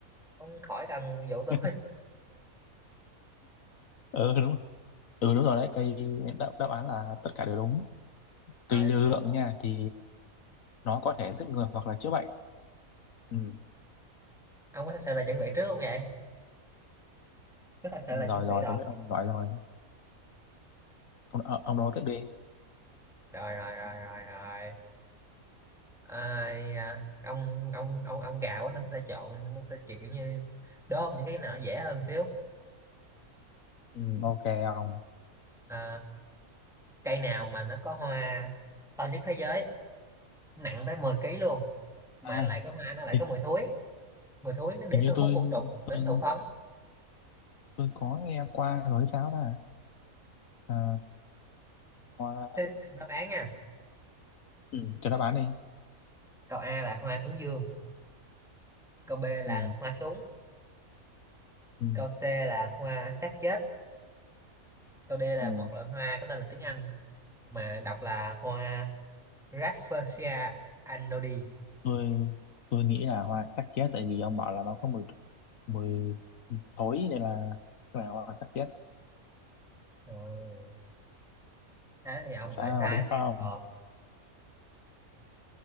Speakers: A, in the centre; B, on the left.
A: ông khỏi cần dụ tôi
B: <laughs>
A: <laughs>
B: ừ đúng ừ đúng rồi đấy cây đáp, đáp án là tất cả đều đúng tùy
A: rồi
B: liều lượng
A: ông
B: nha thì nó có thể giết người hoặc là chữa bệnh ừ.
A: ông có thật sự là chuẩn bị trước không vậy có thật sự
B: rồi
A: là chuẩn bị
B: rồi
A: rồi
B: tôi biết ông gọi rồi ông ờ, ông đố tiếp đi
A: rồi rồi rồi rồi rồi Ai, à, ông ông ông ông gạo á, nó sẽ chọn nó sẽ chịu kiểu như đốm những cái nào nó dễ hơn xíu
B: ừ, ok ông
A: à, cây nào mà nó có hoa to nhất thế giới nặng tới 10 ký luôn mà
B: à
A: nó lại có hoa nó lại
B: thì,
A: có mùi thối mùi thối nó để
B: thì như
A: thu hút
B: tôi
A: côn trùng
B: tôi
A: đến thụ phấn
B: tôi có nghe qua rồi hay sao ta à, hoa
A: thế thì đáp án nha
B: ừ, cho nó bán đi
A: câu A là hoa hướng dương câu B là
B: ừ,
A: hoa súng
B: ừ,
A: câu C là hoa xác chết câu D là
B: ừ.
A: một loại hoa có tên là tiếng Anh mà đọc là hoa Rafflesia anodi
B: tôi tôi nghĩ là hoa sắc chết tại vì ông bảo là nó có mùi mùi thối nên là cái này hoa sắc chết
A: Ồ, thế thì ông
B: sao
A: lại sai
B: đúng
A: tiếp
B: không
A: ờ,